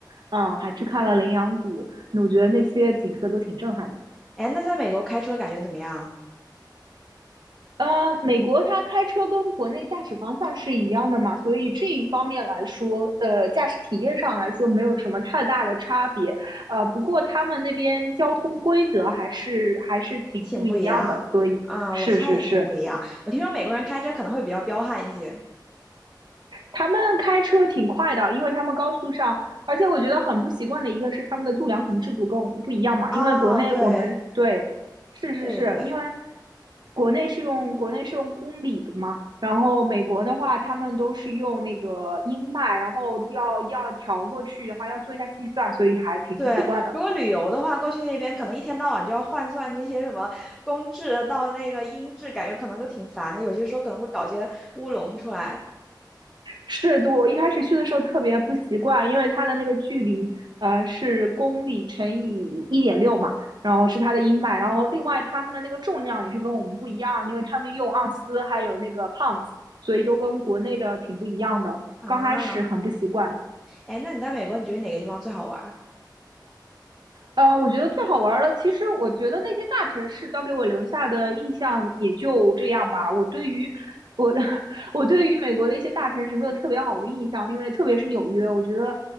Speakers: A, on the right (about 70°); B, in the centre.
A: 嗯，还去看了羚羊谷。那我觉得那些景色都挺震撼的。
B: 哎，那在美国开车感觉怎么样啊？
A: 呃，美国它开车跟国内驾驶方向是一样的嘛，所以这一方面来说，呃，驾驶体验上来说没有什么太大的差别。呃，不过他们那边交通规则还是还是挺不一样的，
B: 挺不一样。
A: 所以是是是，
B: 啊、我猜也挺不一样。我听说美国人开车可能会比较彪悍一些。
A: 他们开车挺快的，因为他们高速上，而且我觉得很不习惯的一个是他们的度量衡制度跟我们不一样嘛，
B: 哦，
A: 因为国内我们对，
B: 对，
A: 是是是，
B: 对对对
A: 因为国内是用国内是用公里的嘛，然后美国的话他们都是用那个英迈，然后要要调过去的话要做一下计算，所以还挺不习惯的。
B: 对。如果旅游的话，过去那边可能一天到晚就要换算这些什么公制到那个英制，感觉可能都挺烦的。有些时候可能会搞些乌龙出来
A: 是，对，我一开始去的时候特别不习惯，因为它的那个距离，呃，是公里乘以一点六嘛，然后是它的英迈，然后另外他们的那个重量也是跟我们不一样，因为他们用盎司还有那个 p 子，所以都跟国内的挺不一样的，
B: 啊。
A: 刚开始很不习惯。
B: 哎，那你在美国，你觉得哪个地方最好玩儿？
A: 呃，我觉得最好玩儿的，其实我觉得那些大城市都给我留下的印象也就这样吧。我对于我 <laughs> 我对于美国的一些大城市没有特别好的印象，因为特别是纽约，我觉得